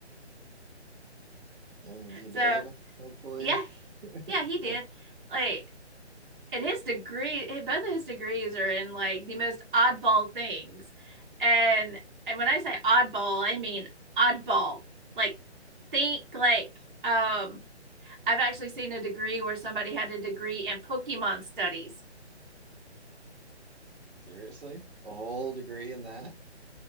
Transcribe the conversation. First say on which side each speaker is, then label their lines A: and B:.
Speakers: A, on the right; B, on the right.
A: and he
B: So
A: did, hopefully.
B: yeah, yeah, he did.
A: <laughs>
B: Like, and his degree, eh, both of his degrees are in like the most oddball things. And and when I say oddball, I mean oddball. Like, think like um. I've actually seen a degree where somebody had a degree in Pokemon studies.
A: Seriously, a whole degree in that?